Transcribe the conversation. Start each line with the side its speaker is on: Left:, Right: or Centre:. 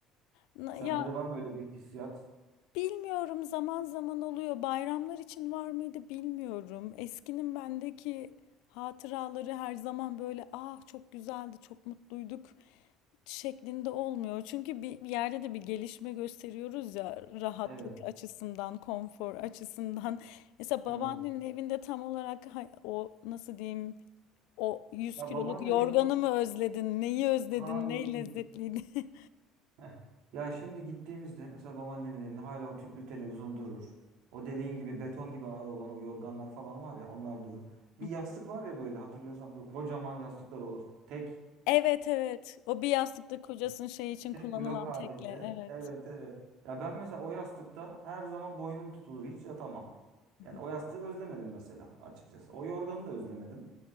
Left: Na-
Right: Sende
Left: Ya
Right: de var mı öyle bir hissiyat?
Left: bilmiyorum zaman zaman oluyor. Bayramlar için var mıydı bilmiyorum. Eskinin bendeki hatıraları her zaman böyle ah çok güzeldi, çok mutluyduk şeklinde olmuyor. Çünkü bir, bir yerde de bir gelişme gösteriyoruz ya rahatlık
Right: Evet,
Left: açısından, konfor açısından. <laughs> Mesela babaannenin
Right: evet.
Left: evinde tam olarak ha- o nasıl diyeyim o 100
Right: Ya
Left: kiloluk
Right: babaannemin
Left: yorganı mı özledin, neyi özledin,
Right: hayır.
Left: ne lezzetliydi? <laughs>
Right: <laughs> Ya şimdi gittiğimizde mesela babaannemin evinde hala o tüplü televizyon durur. O dediğin gibi beton gibi ağır olan o yorganlar falan var ya onlar durur. Bir
Left: Hı.
Right: yastık var ya böyle hatırlıyorsan böyle kocaman yastıklar olur. Tek.
Left: Evet, evet. O bir yastıkta kocasının şey için
Right: Tek
Left: kullanılan
Right: blok halinde.
Left: tekle. Evet.
Right: Evet evet. Ya ben mesela o yastıkta her zaman boynum tutulur. Hiç yatamam.
Left: Hı
Right: Yani
Left: hı.
Right: o yastığı özlemedim mesela açıkçası. O yorganı da özlemedim.